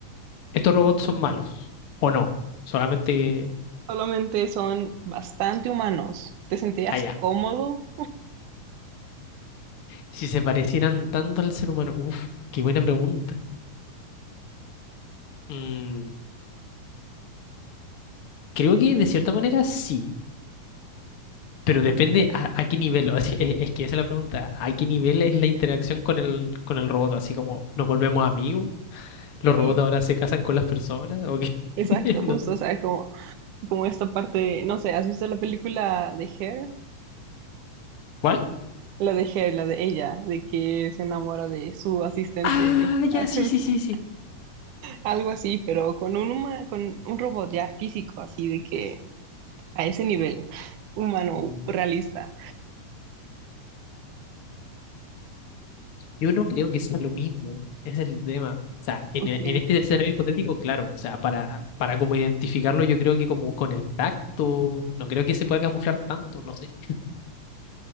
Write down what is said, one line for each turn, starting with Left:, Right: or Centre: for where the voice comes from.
Left: ¿Estos robots son malos o no? Solamente
Right: Solamente son bastante humanos. ¿Te sentirías
Left: allá.
Right: cómodo?
Left: Si se parecieran tanto al ser humano. Uf, qué buena pregunta. Mm, creo que de cierta manera sí, pero depende a, a qué nivel. O sea, es, es que esa es la pregunta. ¿A qué nivel es la interacción con el, con el robot? Así como nos volvemos amigos. ¿Los
Right: Sí,
Left: robots ahora se casan con las personas? ¿O qué?
Right: exacto,
Left: <laughs>
Right: justo.
Left: No.
Right: O sea, como, como esta parte, de- no sé, ¿has visto la película de Hair?
Left: ¿Cuál?
Right: La de Hair, la de ella, de que se enamora de su asistente,
Left: Ah, ya,
Right: <laughs>
Left: sí, sí, sí, sí.
Right: algo así, pero con un, huma- con un robot ya físico, así de que a ese nivel, humano,
Left: Mm.
Right: realista.
Left: Yo no creo que sea lo mismo, ese es el tema. O sea, en,
Right: Ok,
Left: e- en este escenario hipotético, claro, o sea, para, para como identificarlo, yo creo que como con el tacto, no creo que se pueda camuflar tanto, no sé.